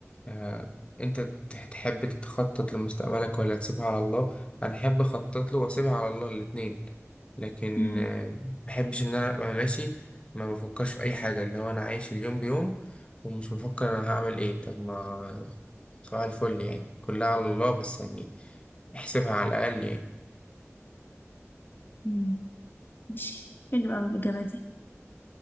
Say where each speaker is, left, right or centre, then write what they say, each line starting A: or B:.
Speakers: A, on the left; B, on the left.
A: آه، انت ت- تحب تخطط لمستقبلك ولا تسيبها على الله انا احب اخطط له واسيبها على الله الاتنين لكن
B: مم.
A: آه، ما بحبش ان انا ابقى ماشي ما بفكرش في اي حاجه اللي هو انا عايش اليوم بيوم ومش بفكر انا هعمل ايه طب ما صباح الفل يعني كلها على الله بس يعني احسبها على الاقل يعني
B: مم. ماشي حلو اوي الاجابة دي